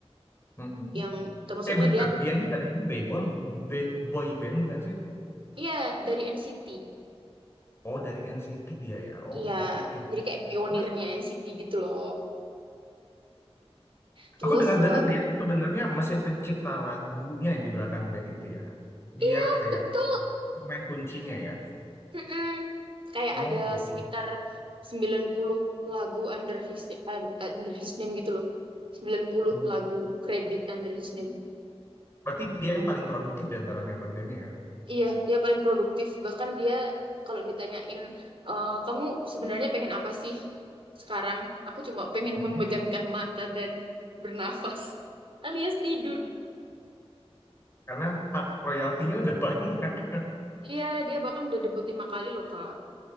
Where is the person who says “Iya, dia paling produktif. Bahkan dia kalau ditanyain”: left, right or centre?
Right